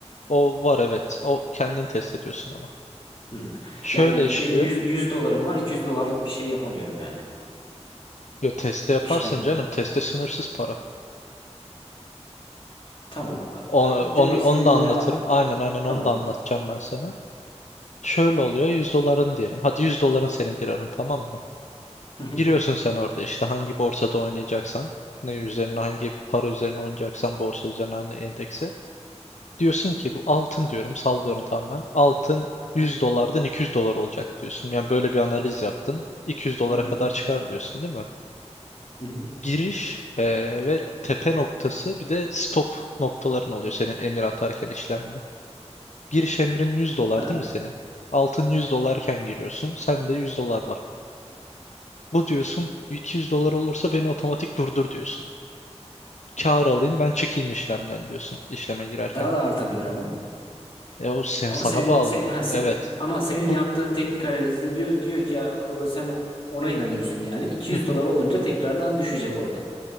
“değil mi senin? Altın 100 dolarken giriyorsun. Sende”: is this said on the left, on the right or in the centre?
Left